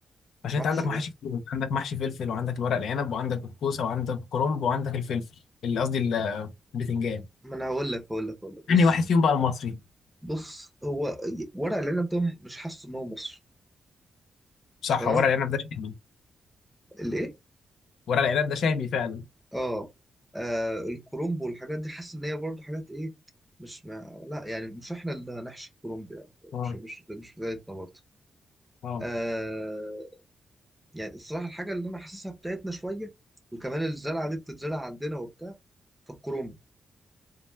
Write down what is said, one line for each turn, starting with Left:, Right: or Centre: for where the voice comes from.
Left: عشان
Centre: محسن
Left: انت عندك محاشي
Centre: يا أخي.
Left: كتير انت عندك محشي فلفل وعندك الورق العنب وعندك الكوسه وعندك الكرنب وعندك الفلفل اللي قصدي ال- البتنجان
Centre: ما أنا هقول لك هقول لك هقول لك بص
Left: انهي واحد فيهم بقى المصري
Centre: بص هو ورق العنب ده مش حاسس إن هو مصر
Left: صح
Centre: تمام
Left: ورق العنب ده شامي
Centre: الإيه؟
Left: ورق العنب ده شامي فعلا
Centre: آه آه، الكرومب والحاجات دي حاسس إن هي برضه حاجات إيه مش ما لا يعني مش إحنا اللي هنحشي الكرومب يعني مش
Left: اه
Centre: مش مش بتاعتنا برضه
Left: اه
Centre: آه يعني الصراحة الحاجة اللي أنا حاسسها بتاعتنا شوية وكمان الزرعة دي بتتزرع عندنا وبتاع فالكرومب